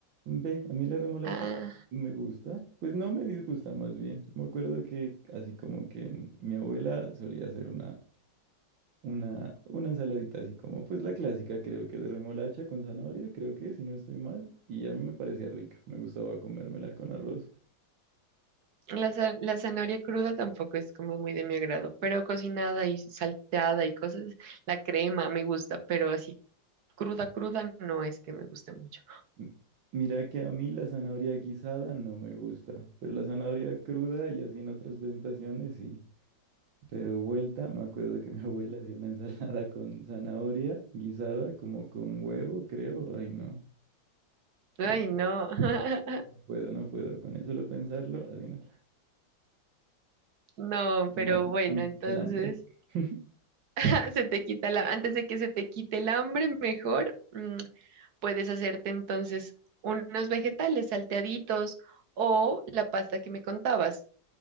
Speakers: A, on the right (about 80°); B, on the right (about 55°).
A: Ve, a mí la remolacha
B: Ah,
A: me gusta, pues no me disgusta más bien. Me acuerdo que así como que mi abuela solía hacer una... Una, una ensaladita así como, pues la clásica, creo que de remolacha con zanahoria, creo que, si no estoy mal, y a mí me parecía rica, me gustaba comérmela con arroz.
B: la, za- la zanahoria cruda tampoco es como muy de mi agrado, pero cocinada y salteada y cosas, la crema me gusta, pero así cruda, cruda no es que me guste mucho.
A: M- Mira que a mí la zanahoria guisada no me gusta, pero la zanahoria cruda y así en otras presentaciones sí. Pero vuelta, me acuerdo que mi <laughs> abuela hacía una ensalada con zanahoria guisada, como con huevo, creo, ay no,
B: Ay,
A: no,
B: no. <laughs>
A: no puedo, no puedo, con eso lo pensarlo, así no,
B: No, pero
A: me mata
B: bueno, entonces.
A: el hambre. <laughs>
B: <laughs> Se te quita la, antes de que se te quite el hambre, mejor mm, puedes hacerte entonces unos vegetales salteaditos o la pasta que me contabas.